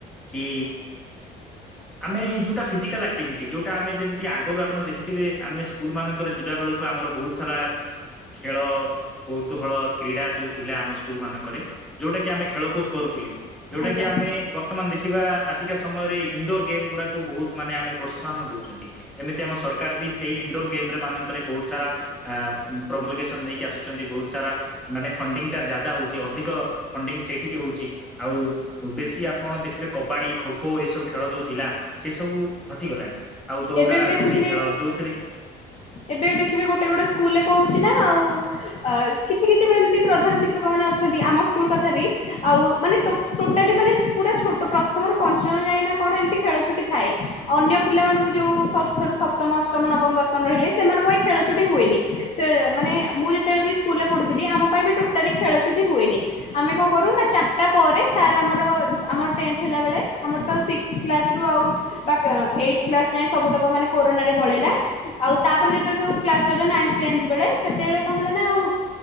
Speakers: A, in the centre; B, on the left (about 35°).
A: କି ଆମେ ଯୋଉଟା ଫିଜିକାଲ ଆକ୍ଟିଭିଟି ଯୋଉଟା ଆମେ ଯେମିତି ଆଗରୁ ଆପଣ ଦେଖିଥିବେ ଆମେ ସ୍କୁଲ୍ ମାନଙ୍କରେ ଯିବା ବେଳ ତ ଆମର ବହୁତ ସାରା ଖେଳ କୌତୁହଳ କ୍ରୀଡ଼ା ଯୋଉ ଥିଲା ଆମ ସ୍କୁଲ୍ ମାନଙ୍କରେ ଯୋଉଟା କି ଆମେ ଖେଳକୁଦ କରୁଥିଲେ। ଯୋଉଟା
B: ଆଜ୍ଞା
A: କି ଆମେ ବର୍ତ୍ତମାନ ଦେଖିବା ଆଜିକା ସମୟରେ ଇନଡୋର ଗେମ୍ ଗୁଡାକୁ ବହୁତ ମାନେ ଆମେ ପ୍ରୋତ୍ସାହନ ଦଉଛନ୍ତି। ଏମିତି ଆମ ସରକାର ବି ସେଇ ଇନଣ୍ଡୋର୍ ଗେମ୍ ରେ ମାନଙ୍କରେ ବହୁତ ସାରା ଆ, ପ୍ରମୋଲିକେସନ ନେଇକି ଆସୁଛନ୍ତି, ବହୁତ ସାରା ମାନେ ଫଣ୍ଡିଙ୍ଗଟା ଜାଦା ହଉଚି, ଅଧିକ ଫଣ୍ଡିଙ୍ଗ ସେଇଠିକି ହଉଛି, ଆଉ ବେଶୀ ଆପଣ ଦେଖିବେ କବାଡି ଖୋ ଖୋ ଏ ସବୁ ଖେଳ ଯୋଉ ଥିଲା ସେ ସବୁ ହଟିଗଲାଣି। ଆଉ ଦୌଡା
B: ଏବେ ବି ଦେଖୁଥିବେ
A: ଦୌଡି ଖେଳ ଯୋଉ
B: ଏବେ ଦେଖିବେ ଗୋଟେ ଗୋଟେ ସ୍କୁଲ୍ ରେ କଣ ହଉଛି ନା ଆଉ ଆ, କିଛି କିଛି ବି ଏମତି ପ୍ରଧାନ ଶିକ୍ଷକ ମାନେ ଅଛନ୍ତି ଆମ ସ୍କୁଲ୍ କଥା ବି ଆଉ ମାନେ ଟୋ ଟୋଟାଲି
A: ହୁଁ
B: ମାନେ ପୁରା ଛୋ ତ ପ୍ରଥମରୁ ପଞ୍ଚମ ଯାଏଁ ନା କଣ ଏମିତି ଖେଳଛୁଟି ଥାଏ ଅନ୍ୟ ପିଲାମାନଙ୍କୁ ଯୋଉ
A: ହୁଁ
B: ଷଷ୍ଠ ରୁ ସପ୍ତମ ଅଷ୍ ସମ ନବମ ଦଶମ ରହିଲେ ସେମାନଙ୍କ ପାଇଁ ଖେଳଛୁଟି ହୁଏନି, ସେ ମାନେ ମୁଁ ଯେତେବେଳେ ବି ସ୍କୁଲ୍ ରେ ପଢୁଥିଲି ଆମ ପାଇଁ ବି ଟୋଟାଲି ଖେଳଛୁଟି ହୁଏନି, ଆମେ କଣ କରୁ ନା ଚାରଟା ପରେ ସାର୍ ଆମର ଆମର ଟେନ୍ଥ ହେଲା ବେଳେ ଆମର ତ ସିକ୍ସ କ୍ଲାସ୍ ରୁ ଆଉ ଡାକ ଏଇଟ୍ କ୍ଲାସ୍ ନାଇଁ ସବୁତକ ମାନେ କରୋନା ରେ ପଳେଇଲା ।ଆଉ ତାପରେ ଜେତୋବେଳେ କ୍ଲାସ ସରିବ ନାଇଥ ତେନ୍ଥ ବେଳେ ସେତୋବେଳେ କଣ ହେଲା ନା ଆଉ